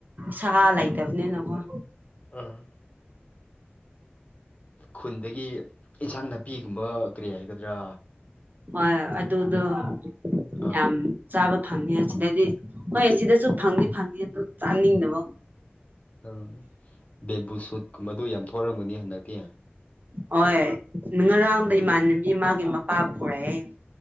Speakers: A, on the right; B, on the left.
A: ꯁꯍꯏꯗꯕꯅꯦꯅ ꯋꯥ
B: ꯑꯥ ꯈꯨꯟꯗꯒꯤ ꯑꯦꯟꯁꯥꯡ ꯅꯥꯄꯤꯒꯨꯝꯕ ꯀꯔꯤ ꯍꯥꯏꯒꯗ꯭ꯔꯥ
A: ꯍꯣꯏ ꯑꯗꯨꯗꯣ
B: ꯑꯥ
A: ꯌꯥꯝ ꯆꯥꯕ ꯐꯪꯉꯦ ꯁꯤꯗꯗꯤ ꯍꯣꯏ ꯁꯤꯗꯁꯨ ꯐꯪꯅꯤ ꯐꯪꯉ ꯑꯗꯨ ꯆꯥꯅꯤꯡꯗꯕ
B: ꯎꯝ ꯕꯦꯝꯕꯨ ꯁꯨꯠꯀꯨꯝꯕꯗꯨ ꯌꯥꯝ ꯊꯣꯛꯑꯔꯝꯒꯅꯤ ꯍꯟꯗꯛꯇꯤ
A: ꯍꯣꯏ ꯅ ꯉꯔꯥꯡꯗ
B: ꯍꯣꯏ
A: ꯏꯃꯥꯟꯅꯕꯤ ꯃꯥꯒꯤ ꯃꯄꯥ ꯄꯨꯔꯛꯑꯦ